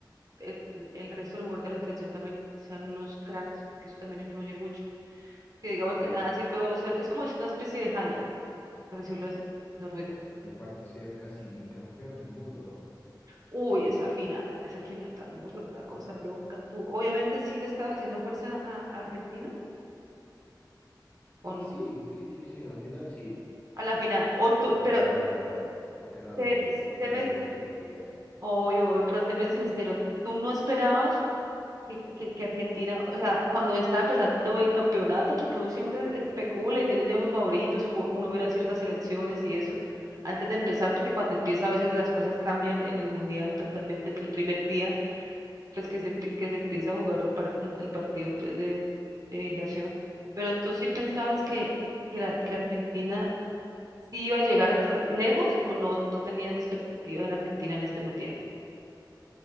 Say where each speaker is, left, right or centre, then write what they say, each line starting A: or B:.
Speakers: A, on the right; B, on the left.
A: el, el resto de los jugadores de la selección también sean unos cracks, porque eso también influye mucho. Que digamos
B: Sí,
A: que nada sirve o ser, es como una especie de Haaland. por decirlo así, Noruega.
B: y aparte ser casi bicampeón del mundo, ¿no?
A: Uy, esa final, esa final también fue una cosa loca. Tú, obviamente, sí le estabas haciendo fuerza a a Argentina o
B: Y
A: no,
B: sí, sí, sí, sí, en la final sí,
A: a la final. O
B: porque
A: tú,
B: no,
A: pero
B: no quedaba, no quedaba
A: sé-
B: de, no
A: séme
B: quedaba
A: sin-
B: de otra que apoyar.
A: obvio, obvio, pero séme sincero, tú no esperabas que, que, que Argentina, o sea, cuando estaba empezando el campeonato, porque uno siempre especula y tiene ya sus favoritos, uno uno mira ciertas selecciones y eso. Antes de empezar, porque cuando empieza a veces las cosas cambian en el mundial totalmente del primer día pues que se, empie- que se empieza a jugar el, par- un- el partido pues de, de iniciación. Pero tú sí pensabas que, que, la- que Argentina sí iba a llegar hasta lejos o no, no tenías expectativas en Argentina en este mundial.